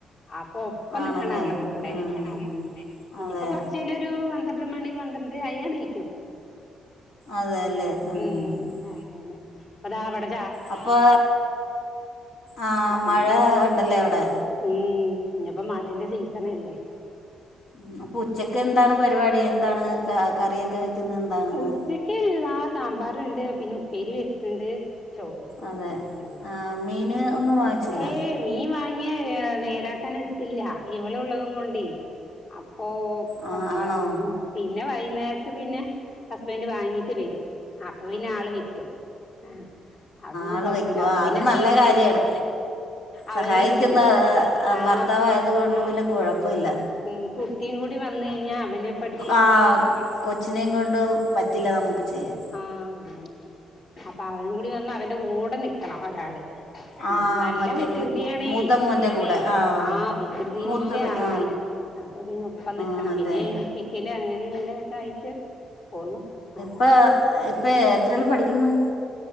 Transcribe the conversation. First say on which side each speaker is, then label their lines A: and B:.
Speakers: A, on the left; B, on the left.
A: അപ്പൊ ഒപ്പം
B: ആണല്ലേ
A: നിക്കണാല്ലോ കൂടെ
B: ആ
A: ഉ ഇനിയിപ്പം
B: അതെ
A: കൊറച്ചുന ഒരു പന്ത്രണ്ട് മണി പന്ത്രണ്ട് ആയാ നീക്കും
B: അതെല്ലേ ആ
A: ഉം ആന്നെ അതാവ്ടെ
B: അപ്പൊ ആഹ
A: ഉം
B: മഴ ഉണ്ടല്ലേ അവിടെ
A: ഉം ഇനിപ്പോ മഴന്റെ സീസണഅല്ലേ
B: ഉ അപ്പം ഉച്ചക്ക് എന്താണ് പരിപാടി എന്താണ് കറിയൊക്കെ വെക്കുന്നത് എന്താണെന്ന്
A: ഉച്ചക്ക്ള് ആ സാമ്പാറ് ണ്ട് പിന്നെ ഉപ്പേരി വെച്ചിട്ടുണ്ട് ചോളും
B: അതെ
A: അതെന്നെ
B: ആ മീന് ഒന്നും വാങ്ങിച്ചില്ല
A: ഏയ് മീൻ വാങ്ങിയ നേരാക്കാൻ എത്തില്ല ഇളള്ളതും കൊണ്ടേ അപ്പോ
B: ആ
A: എന്താ
B: ആണോ
A: പിന്നെ വൈകുന്നേര ത്ത് പിന്നെ ഹസ്ബൻഡ് വാങ്ങീട്ട് വരും അപ്പൊ പിന്നെ ആൾ വെക്കും ആ അ പിെ
B: ആള്
A: കൊഴപ്പില്ല
B: വെക്കും ആ
A: പിന്നെ
B: അത് നല്ല കാര്യാണ്
A: അവനും
B: സഹായിക്കുന്ന
A: കുട്ടി ആ
B: ഭർത്താവായത് കൊണ്ട് പിന്നെ കുഴപ്പവില്ല
A: ഉ കുട്ടിയും കൂടി വന്ന കഴിഞ്ഞാ അവനെ പഠിപ്പി
B: ആ കൊച്ചിനെയും കൊണ്ട് പറ്റില്ല നമുക്ക് ചെയ്യൻ
A: ആ അങ്ങനെ അപ്പൊ അവൻ കൂടി വന്ന അവന്റെ കൂടെ നിക്കണം ഒരാള്
B: ആ
A: ഉം നല്ല
B: മറ്റേ
A: വികൃതിയാണേ
B: മുതമോന്റെ കൂടെ ആഹ
A: ആ വികൃതിന്റെ
B: മൂത്തത്
A: ആളാണ്
B: ആ
A: അപ്പൊ പിന്നെ ഒപ്പം നൽക്കണം
B: ആണല്ലേ
A: പിന്നെ എഴുതിപ്പിക്കല് അങ്ങനെ ഇങ്ങനെയൊക്കെ ആയിട്ട് പോക്കുന്നു ആ
B: ഇപ്പ ഇപ്പ എത്രേല്ലും പഠിക്ക്ന്ന്